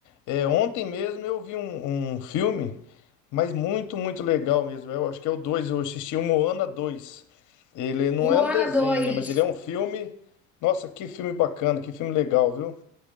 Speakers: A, on the left (about 50°); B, in the centre.
A: eh, ontem mesmo eu vi um, um filme, mas muito, muito legal mesmo. Eu acho que é o 2. eu assisti o Moana dois. Ele não
B: O Moana
A: é um desenho,
B: 2.
A: né? Mas ele é um filme. Nossa, que filme bacana, que filme legal, viu?